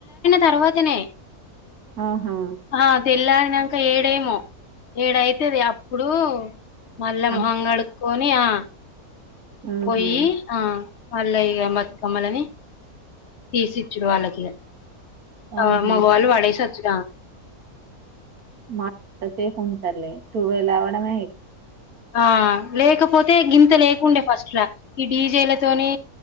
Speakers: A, on the left (about 50°); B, on the right (about 75°).
A: తరువాతనే
B: ఆహా
A: ఆ తెల్లార్ నాంక ఏడేమో ఏడుయితది అప్పుడు మళ్ళా
B: అంత
A: మొహం గడుకొని ఆ
B: ఉహు
A: పోయి ఆ మళ్ళ ఇగ బతుకమ్మలని తీసిచ్చుడు వాళ్ళకి ఇగ ఆ
B: ఆహా
A: మొగవాళ్ళు పాడే సోచ్చుడా
B: మా సేఫ్ ఉంటారులే టూవీల్ అవడమే ఎ
A: ఆ లేకపోతే గింత లేకుండే ఫస్ట్ లా ఈ డీజేలతోని